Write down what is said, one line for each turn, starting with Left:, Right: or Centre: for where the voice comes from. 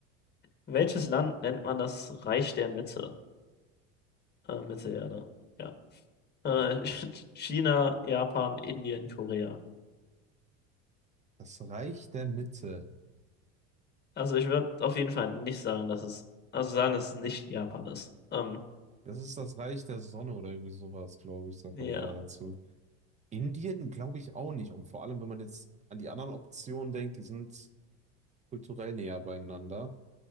Left: Welches Land nennt man das Reich der Mitte? Äh, Mittelerde. Ja. Äh,
Right: Hm.
Left: <laughs> China, Japan, Indien, Korea.
Right: Das Reich der Mitte.
Left: Also ich würde auf jeden Fall nicht sagen, dass es, also sagen, dass es nicht Japan ist. Ähm,
Right: Das ist das Reich der Sonne oder irgendwie sowas, glaube ich, sagt
Left: ja.
Right: man eher dazu. Indien glaube ich auch nicht. Und vor allem, wenn man jetzt an die anderen Optionen denkt, die sind kulturell näher beieinander.